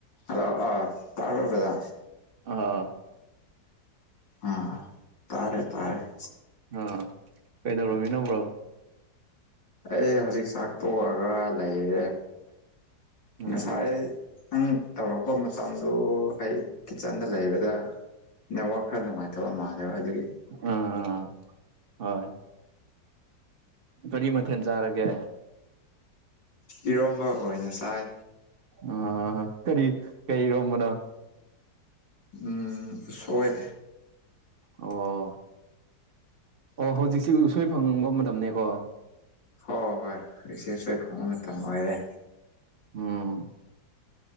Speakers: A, on the left; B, on the right.
A: Hello ꯑ ꯇꯥꯔꯕꯕꯦꯗꯥ
B: ꯑꯥ
A: ꯑ ꯇꯥꯔꯦ ꯇꯥꯔꯦ
B: ꯑꯥ ꯀꯩꯗꯧꯔꯝꯃꯤ ꯅꯧꯕ꯭ꯔꯣ
A: ꯑꯩ ꯍꯧꯖꯤꯛ ꯆꯥꯛ ꯇꯣꯛꯑꯒ ꯂꯩꯔꯦ
B: ꯎꯝ
A: ꯉꯁꯥꯏ ꯅꯪ ꯇꯧꯔꯛꯄ ꯃꯇꯝꯗꯨ ꯑꯩ ꯀꯤꯠꯆꯟꯗ ꯂꯩꯕꯗ ꯅꯦꯠꯋꯥꯛ ꯈꯔ ꯅꯨꯡꯉꯥꯏꯇꯕ ꯃꯥꯜꯗꯦꯕ ꯑꯗꯨꯒꯤ
B: ꯑꯥ ꯑꯥ ꯍꯣꯏ ꯀꯔꯤ ꯃꯊꯦꯜ ꯆꯥꯔꯒꯦ
A: ꯏꯔꯣꯝꯕ ꯑꯣꯏꯅ ꯆꯥꯏ
B: ꯑ ꯍ ꯀꯔꯤ ꯀꯩ ꯔꯣꯝꯕꯅ
A: ꯎꯝ ꯇꯣꯏ
B: ꯑꯣ ꯑꯣ ꯍꯧꯖꯤ ꯎꯁꯣꯏ ꯐꯪꯕ ꯃꯇꯝꯅꯤꯅꯦꯀꯣ
A: ꯍꯣ ꯍꯣꯏ ꯁꯦꯁ ꯐꯥꯎꯟꯠꯇ ꯃꯔꯦ
B: ꯎꯝ